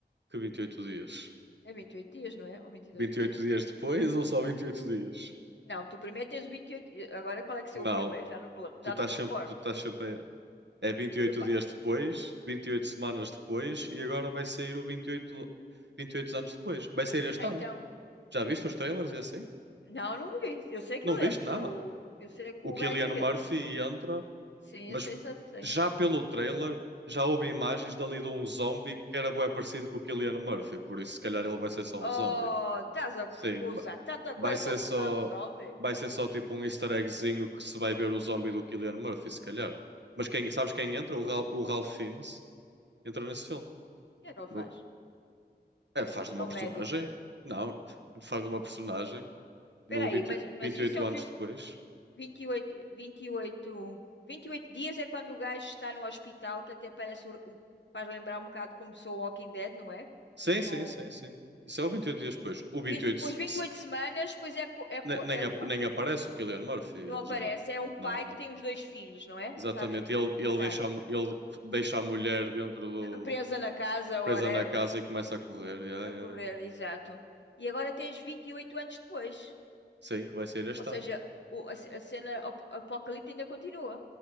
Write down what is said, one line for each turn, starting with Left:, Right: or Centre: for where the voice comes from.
Right: Que 28 dias.
Left: É Vinte e Oito dias, não é? Ou Vinte e
Right: vinte
Left: Dois
Right: e
Left: dias?
Right: oito dias depois ou só 28 dias?
Left: Não, tu primeiro tens vinte e- oito. eh, Agora qual é que
Right: Não,
Left: é o primeiro? Já não me, lem-
Right: tu
Left: já
Right: estás
Left: não me
Right: sempre,
Left: recordo.
Right: tu estás sempre. a- É vinte e oito
Left: Eu, pa-
Right: dias depois, 28 semanas depois e agora vai sair o vinte vinte e oito vinte e oito anos depois. Vai sair este
Left: ah,
Right: ano.
Left: então,
Right: Já viste os trailers e assim?
Left: não, não vi. Eu sei que
Right: Não
Left: ele
Right: viste
Left: entra.
Right: nada.
Left: O, eu sei que
Right: O
Left: o
Right: Cillian
Left: gajo
Right: Murphy
Left: entra.
Right: entra,
Left: Sim,
Right: mas
Left: eu sei, só sei.
Right: já pelo trailer já houve imagens dali de um zombie que era bué parecido com o Cillian Murphy, por isso se calhar ele vai ser só
Left: Oh,
Right: um zombie.
Left: estás a
Right: Sim,
Left: co- gozar tanta
Right: vai
Left: coisa
Right: ser
Left: para ele se
Right: só,
Left: tornar um zombie? O
Right: vai ser só tipo um easter eggzinho que se vai ver o zombie do Cillian Murphy, se calhar. Mas quem, sabes quem entra? O, Ra- o Ralph Fiennes entra nesse filme.
Left: que é que ele
Right: No-
Left: faz?
Right: é, faz de uma
Left: É
Right: personagem?
Left: o médico.
Right: Não, <laughs> faz de uma personagem
Left: Espera
Right: no
Left: aí,
Right: vinte
Left: mas, mas
Right: vinte
Left: isso
Right: e oito
Left: é o
Right: anos
Left: filme
Right: depois.
Left: vinte vinte e e oito vinte e oito vinte e oito dias é quando o gajo está no hospital, que até parece, o- o- faz lembrar um bocado como sou o Walking Dead, não é?
Right: Sim,
Left: Com,
Right: sim, sim, sim. Isso é o 28 dias depois. O
Left: vi-
Right: 28
Left: pois
Right: se-
Left: vinte
Right: se-
Left: e oito semanas, pois é, co- é, co-
Right: ne- nem,
Left: é com.
Right: ap- nem aparece o Cillian Murphy, ele
Left: Não aparece,
Right: já não.
Left: é um pai
Right: Não, não.
Left: que tem os dois filhos, não é?
Right: Exatamente.
Left: Sabes?
Right: Ele, ele
Left: Exato.
Right: deixa, a mu- ele deixa a mulher dentro do
Left: Presa na casa,
Right: presa
Left: whatever,
Right: na casa e começa a correr. Ya,
Left: a
Right: ya,
Left: correr, exato. E agora tens 28 anos depois.
Right: Sim, que vai sair este
Left: Ou seja,
Right: ano.
Left: o- a, ce- a cena ap- apocalipse ainda continua.